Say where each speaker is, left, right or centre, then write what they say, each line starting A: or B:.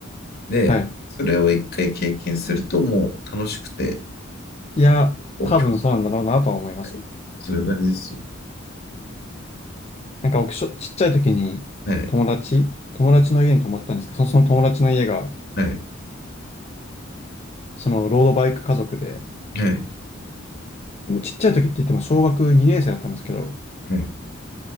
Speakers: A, on the left; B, on the left.
A: で、
B: はい。
A: それを一回経験するともう楽しくて、
B: いや、
A: こう、
B: 多分そうなんだろうなとは思います。
A: 今日、はいそういう感じですよ。
B: <laughs> なんか僕、しょちっちゃい時に友達、
A: はい。
B: 友達の家に泊まったんですけど、その、その友達の家が、
A: はい。
B: そのロードバイク家族で、
A: はい。
B: もうちっちゃい時って言っても小学2年生だったんですけど、
A: はい。